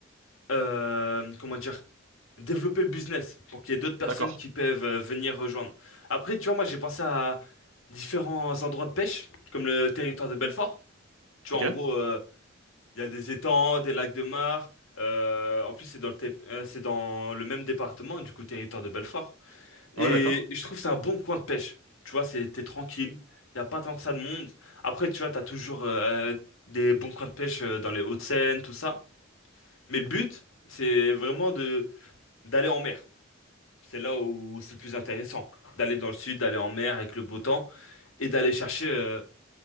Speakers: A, on the left; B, on the right.
A: euh, comment dire, développer le business, pour qu'il y ait d'autres personnes
B: D'accord.
A: qui peuvent euh, venir rejoindre. Après, tu vois, moi, j'ai pensé à différents endroits de pêche, comme le territoire de Belfort. Tu
B: Ok.
A: vois, en gros. euh, Il y a des étangs, des lacs de mar. Euh, en plus, c'est dans le, té- euh, c'est dans le même département, du coup, territoire de Belfort. Et
B: Ouais, d'accord.
A: je trouve que c'est un bon coin de pêche. Tu vois, c'est, t'es tranquille. Il n'y a pas tant que ça de monde. Après, tu vois, t'as toujours euh, des bons coins de pêche euh, dans les Hauts-de-Seine, tout ça. Mais le but, c'est vraiment de d'aller en mer. C'est là où c'est le plus intéressant. D'aller dans le sud, d'aller en mer avec le beau temps et d'aller chercher euh,